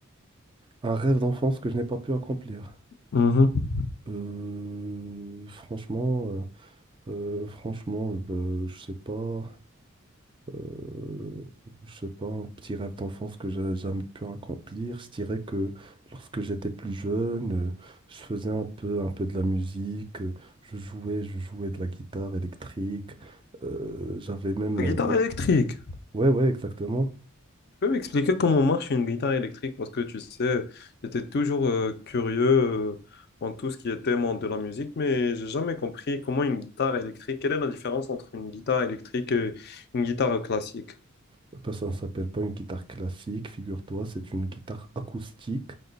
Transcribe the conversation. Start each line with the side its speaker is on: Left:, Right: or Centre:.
Right: Un rêve d'enfance que je n'ai pas pu accomplir.
Left: Mhm.
Right: Euh, franchement, euh, euh, franchement, euh, je sais pas. euh, je sais pas, un petit rêve d'enfance que j'ai jamais pu accomplir. Je dirais que lorsque j'étais plus jeune, euh, je faisais un peu, un peu de la musique, euh, je jouais, je jouais de la guitare électrique. euh, j'avais même,
Left: La guitare
Right: euh, com-
Left: électrique.
Right: ouais, ouais, exactement.
Left: Tu peux m'expliquer comment marche une guitare électrique? Parce que tu sais, j'étais toujours euh, curieux euh, en tout ce qui était monde de la musique, mais j'ai jamais compris comment une guitare électrique, quelle est la différence entre une guitare électrique et une guitare classique?
Right: Eh ben, ça ne s'appelle pas une guitare classique, figure-toi, c'est une guitare acoustique.